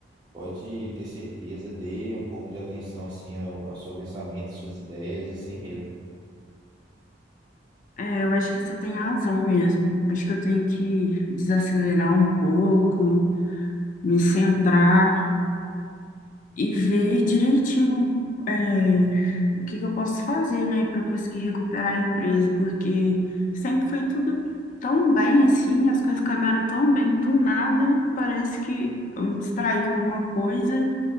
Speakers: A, on the right; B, on the left.
A: Pode ter certeza, dê um pouco de atenção assim ao, ao seu pensamento, às suas ideias e sem medo.
B: É, eu acho que você tem razão mesmo. Acho que eu tenho que desacelerar um pouco, me centrar e ver direitinho, é, o que que eu posso fazer, né, para conseguir recuperar a empresa, porque sempre foi tudo tão bem assim, as coisas caminharam tão bem, do nada, parece que eu me distraí com alguma coisa